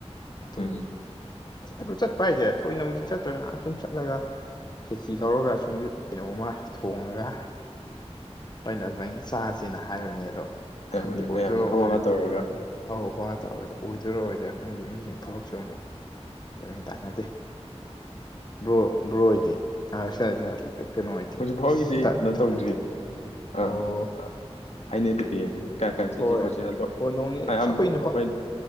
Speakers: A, on the left; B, on the left.
A: ꯑꯗꯨꯝ
B: ꯎꯝ
A: ꯑꯗꯨ ꯆꯠꯄ ꯍꯥꯏꯁꯦ ꯊꯣꯏꯅꯕꯨꯗꯤ ꯆꯠꯇ꯭ꯔ ꯉꯥꯏꯍꯥꯛ ꯁꯨꯝ ꯆꯠꯂꯒ ꯈꯦꯆꯤ ꯇꯧꯔꯒ ꯁꯨꯝ ꯀꯩꯅꯣꯝꯃ ꯊꯣꯡꯉꯒ ꯍꯣꯏꯅꯦ ꯑꯗꯨꯃꯥꯏꯅ ꯆꯥꯥꯁꯦꯅ ꯍꯥꯏꯕꯅꯦ ꯑꯗꯣ
B: ꯑꯃꯅꯤ
A: ꯈꯪꯗꯦ ꯑꯣꯏꯗꯣꯏꯔ
B: ꯃꯌꯥꯝ
A: ꯑꯣꯏꯔꯣꯏ
B: ꯍꯧ ꯍꯥ ꯇꯧꯔꯒ
A: ꯑꯧ ꯋꯥ ꯇꯧꯔꯒꯗ ꯑꯣꯏꯗꯣꯏꯔ ꯑꯣꯏꯔꯣꯏꯗꯨꯢꯔꯥ ꯈꯪꯗꯦ ꯃꯤꯁꯤꯡ ꯊꯕꯛꯁꯦ ꯑꯃꯨꯛ ꯇꯥꯟꯅꯗꯦ ꯕ꯭ꯔꯣ ꯕ꯭ꯔꯣ ꯍꯣꯏꯗꯤ <inaudible> ꯀꯩꯅꯣ ꯍꯥꯏꯗꯤ
B: ꯍꯧꯖꯤꯛ ꯐꯥꯎꯒꯤꯗꯤ
A: ꯑꯁ <unintelligible>
B: ꯀꯩꯅꯣ
A: ꯏ ꯏꯊꯪ
B: ꯇꯧꯗ꯭ꯔꯤ
A: ꯍꯥꯏꯗꯤ ꯑꯣ
B: ꯑ ꯑ ꯍꯥꯏꯅꯗ꯭ꯔꯤꯌꯦ ꯀꯥꯏ ꯀꯥꯏ ꯆꯠꯁꯤ
A: ꯍꯣꯏ
B: ꯈꯣꯠꯁꯤ ꯑꯗꯣ
A: ꯍꯣꯏ ꯅꯣꯡꯅꯤ
B: ꯑꯌꯥꯝꯕ
A: ꯑꯁ ꯑꯩꯈꯣꯏ ꯅꯨꯄꯥ
B: ꯑꯩꯈꯣꯏꯅ